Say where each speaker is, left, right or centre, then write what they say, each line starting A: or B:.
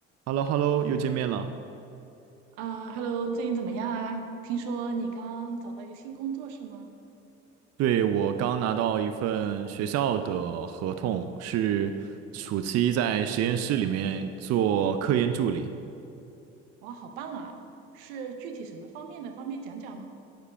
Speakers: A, on the right; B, on the right.
A: h e l l o h e l l o 又见面了。
B: 啊，Hello，最近怎么样啊？听说你刚找到一个新工作是吗？
A: 对，我刚拿到一份学校的合同，是暑期在实验室里面做科研助理。
B: 哇，好棒啊！是具体什么方面的？方便讲讲吗？